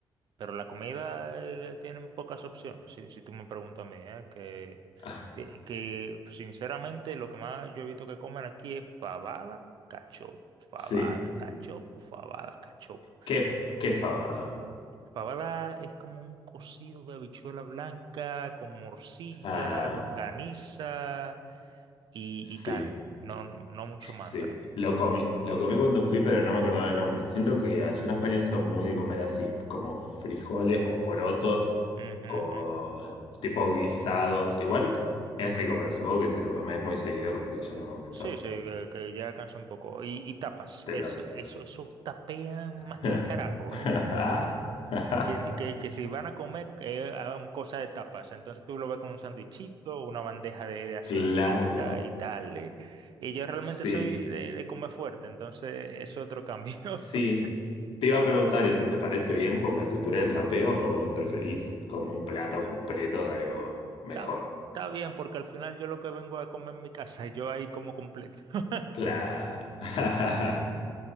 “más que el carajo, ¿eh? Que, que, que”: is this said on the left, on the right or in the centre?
Right